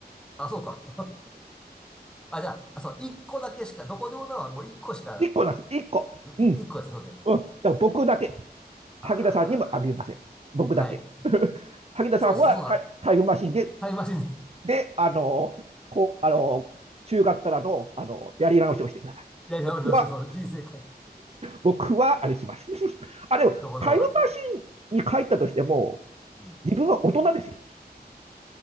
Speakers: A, in the centre; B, on the right.
A: あ、そうか。<laughs> あ、じゃあ、あ、そう、一個だけしか、どこでもドアはもう一個しか、
B: 一個なんです。一個。うん。
A: い一個ですね。そうですね。
B: うん。だから僕だけ。萩田さんにもあげません。
A: ああ、
B: 僕だけ。
A: はい。<laughs>
B: <laughs> 萩田さんはタイタイムマシンで、
A: そうそうそうだ。タイムマシン
B: で、あのこう、あの中学からの、あのやり直しをしてください。
A: いやいや、
B: 僕は、
A: よして、その人生変える。
B: 僕は、あれします。<laughs> あ、でも、
A: どこでもよですね。
B: タイムマシンに帰ったとしても、
A: うん。
B: 自分は大人ですよ。